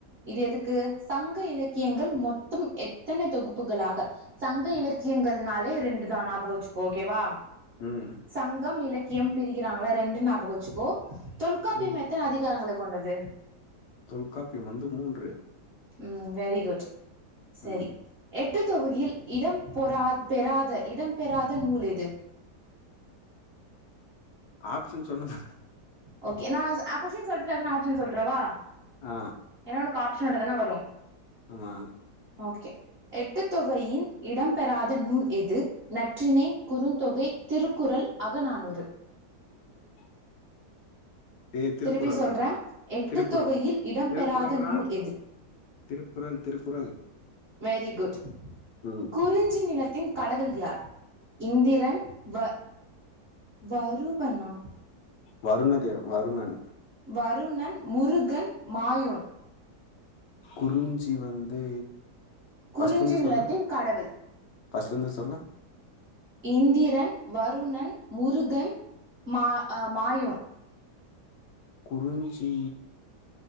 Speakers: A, on the right; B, on the left.
A: இது எதுக்கு சங்க இலக்கியங்கள் மொத்தம் எத்தன தொகுப்புகளாக சங்க இலக்கியங்கள்னாலே ரெண்டு தா ஞாபகோ வச்சுக்கோ ஓகேவா
B: உம்
A: சங்கம் இலக்கியம் பிரிக்கிறாங்களா ரெண்டுன் ஞாபகம் வச்சுக்கோ தொல் தொல்காப்பியம்
B: ம்
A: எத்தன அதிகாரங்களை கொண்டது
B: தொல்காப்பியம் வந்து மூன்று
A: உம் வெரி குட் சரி
B: ம்
A: எட்டு தொகுயில் இடம் பொறா பெறாத இடம் பெறாத நூல் எது
B: ஆப்சன் சொல்லுங்க
A: ஓகே நா அ கொஷின் சொல்ட்டு டக்னு ஆப்ஷன் சொல்றவா
B: ஆ
A: ஏன்னா உனக்கு அப்சன் ஓடத்தான வரும்
B: ஆமா
A: ஓகே எட்டு தொகையின் இடம் பெறாத நூல் எது நற்றினை குறுந்தொகை திருக்குறள் அகநானூறு
B: <inaudible> டேய் திருக்குறள்றா
A: திருப்பி சொல்றே எட்டு
B: திருக்குறள்
A: தொகையில் இடம்
B: திருக்குறள்றா
A: பெறாத நூல் எது
B: திருக்குறள் திருக்குறள்
A: வெரி குட்
B: ம்
A: குறிஞ்சி நிலத்தின் கடவுள் யார் இந்திரன் வ வருவனா
B: வருண்ண தே வருணண்
A: வருணன் முருகன் மாயூன்
B: குறிஞ்சி வந்து ஃபர்ஸ்ட்ல
A: குறிஞ்சி
B: இருந்து
A: நிலத்தின்
B: சொல்லு
A: கடவுள்
B: ஃபர்ஸ்ட்ல இருந்து சொல்லு
A: இந்திரன் வருணன் முருகன் மா மாயோன்
B: குறிஞ்சி